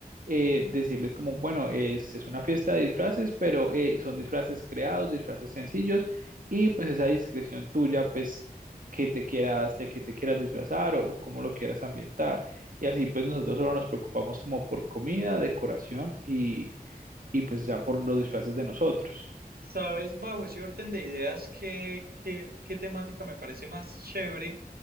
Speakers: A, on the right; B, on the right.
A: eh, decirles como, bueno, es, es una fiesta de disfraces, pero eh, son disfraces creados, disfraces sencillos, y pues esa discreción tuya, pues que te quieras, de que te quieras disfrazar o, o cómo lo quieras ambientar. Y así pues nosotros solo nos preocupamos como por comida, decoración y, y pues ya por los disfraces de nosotros.
B: ¿Sabes, bajo ese orden de ideas, qué, qué, qué temática me parece más chévere?